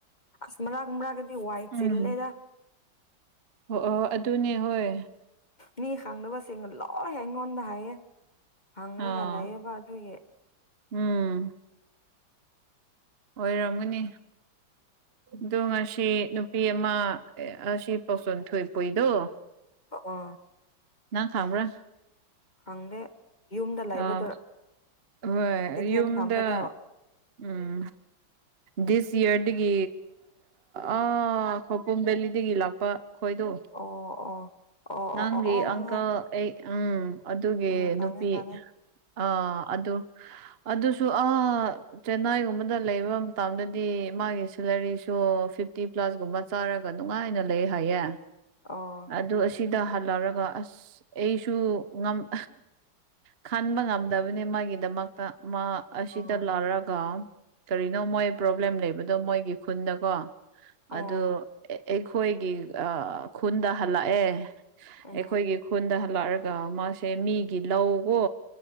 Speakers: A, on the left (about 25°); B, on the right (about 40°).
A: ꯑꯁ ꯃꯔꯛ ꯃꯔꯛꯀꯗꯤ ꯋꯥꯏ
B: ꯎꯝ
A: ꯆꯤꯜꯂꯦꯗ꯫
B: ꯑꯣ ꯑꯣ ꯑꯗꯨꯅꯦ ꯍꯣꯏ꯫
A: ꯃꯤ ꯈꯪꯅꯁꯤꯡꯅ ꯂꯣꯏ ꯑꯩꯉꯣꯟꯗ ꯍꯥꯏꯌꯦ ꯍꯪꯉꯒ
B: ꯑꯥ
A: ꯂꯩꯌꯦꯕ ꯑꯗꯨꯒꯤ
B: ꯎꯝ ꯑꯣꯏꯔꯝꯒꯅꯤ ꯑꯗꯣ ꯉꯁꯤ ꯅꯨꯄꯤ ꯑꯃ ꯑꯁꯤ ꯄꯥꯎꯁꯣꯟ ꯊꯣꯏ ꯄꯨꯨꯏꯗꯣ
A: ꯑ
B: ꯅꯪ ꯈꯡꯕ꯭ꯔꯥ
A: ꯈꯪꯪꯗꯦ ꯌꯨꯝꯗ ꯂꯩꯕꯗꯣ
B: ꯑꯥ ꯍꯣꯏ
A: ꯀꯩꯊꯦꯜ
B: ꯌꯨꯝꯗ
A: ꯐꯝꯕꯗꯣ
B: ꯎꯝ ꯗꯤꯁ ꯌꯔꯗꯒꯤ ꯑ ꯈꯧꯄꯨꯝ ꯕꯦꯂꯤꯗꯒꯤ ꯂꯥꯛꯄ ꯈꯣꯏꯗꯣ
A: ꯑꯣ ꯑꯣ ꯑꯣ ꯑꯣ
B: ꯅꯪꯒꯤ
A: ꯑꯣ ꯑꯣ ꯍꯣꯏ
B: ꯑꯪꯀꯜ
A: ꯍꯣꯏ
B: ꯑꯩ ꯎꯝ ꯑꯗꯨꯒꯤ
A: ꯎꯝ ꯈꯪꯉꯦ
B: ꯅꯨꯄꯤ
A: ꯈꯪꯉꯦ
B: ꯑꯥ ꯑꯗꯨ ꯑꯗꯨꯁꯨ ꯑ ꯆꯦꯟꯅꯥꯏꯒꯨꯝꯕꯗ ꯂꯩꯕ ꯃꯇꯝꯗꯗꯤ ꯃꯥꯒꯤ ꯁꯦꯂꯔꯤꯁꯨ ꯐꯤꯐꯇꯤ ꯄꯂꯁꯒꯨꯝꯕ ꯆꯥꯔꯒ ꯅꯨꯡꯉꯥꯏꯅ ꯂꯩ ꯍꯥꯏꯌꯦ
A: ꯑꯣ
B: ꯑꯗꯨ ꯁꯤꯗ ꯍꯜꯂꯛꯔꯒ ꯑꯁ ꯑꯩꯁꯨ ꯉꯝ ꯈꯟꯕ ꯉꯝꯗꯕꯅꯤ ꯃꯥꯒꯤꯗꯃꯛꯇ ꯃꯥ ꯑꯁꯤꯗ
A: ꯑꯣ ꯑꯣ
B: ꯂꯥꯛꯔꯒ ꯀꯔꯤꯅꯣ ꯃꯣꯏ ꯄ꯭ꯔꯣꯕ꯭ꯂꯦꯝ ꯂꯩꯕꯗꯣ ꯃꯣꯏꯒꯤ ꯈꯨꯟꯗꯀꯣ
A: ꯎꯝ ꯑꯣ
B: ꯑꯗꯨ ꯑꯩꯈꯣꯏꯒꯤ ꯈꯨꯟꯗ ꯍꯜꯂꯛꯑꯦ
A: ꯎꯝ
B: ꯑꯩꯈꯣꯏꯒꯤ ꯈꯨꯟꯗ ꯍꯜꯂꯛꯑꯒ ꯃꯥꯁꯦ ꯃꯤꯒꯤ ꯂꯧꯀꯣ